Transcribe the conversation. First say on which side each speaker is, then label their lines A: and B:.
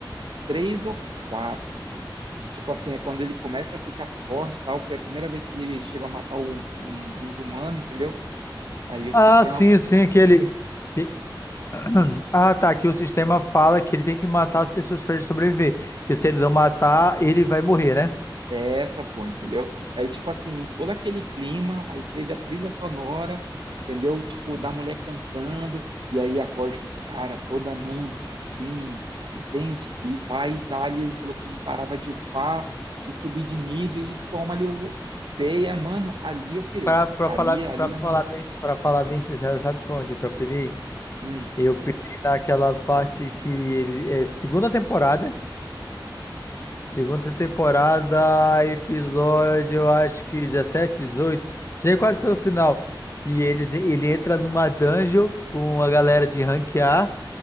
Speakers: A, on the right (about 70°); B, on the left (about 35°).
A: três ou quatro mano. Tipo assim, é quando ele começa a ficar forte e tal, foi a primeira vez que ele chegou a matar um, um- uns humanos, entendeu? Aí o
B: Ah,
A: sistema
B: sim, sim, que ele. que- <clears throat> Ah, tá. Que o sistema fala que ele tem que matar as pessoas para ele sobreviver. Que se ele não matar, ele vai morrer, né?
A: É essa, pô, entendeu? Aí, tipo assim, em todo aquele clima, aí teve a trilha sonora, entendeu? Tipo, da mulher cantando, e aí a voz do cara toda mansa, assim, entende? E vai dar ele falou que não parava de upar e subir de nível e toma ali o peia, mano, ali eu pirei.
B: Pra, pra
A: Ali,
B: falar,
A: ali
B: pra
A: me.
B: falar bem, pra falar bem sincero, sabe onde que eu pirei?
A: Hum,
B: Eu pirei naquela parte que ele é segunda temporada, segunda temporada, episódio, eu acho que 17 18 já é quase pelo final. E eles, ele entra numa dungeon com a galera de rank A,